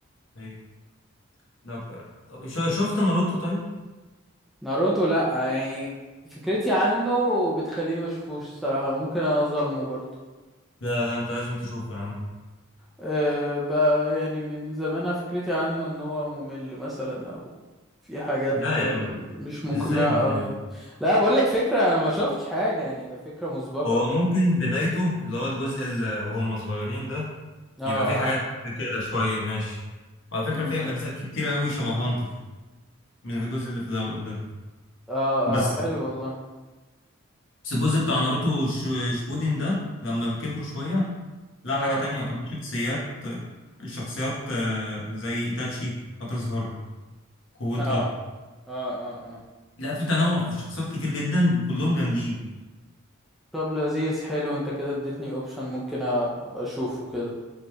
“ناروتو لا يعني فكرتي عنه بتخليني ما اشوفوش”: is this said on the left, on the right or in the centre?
Centre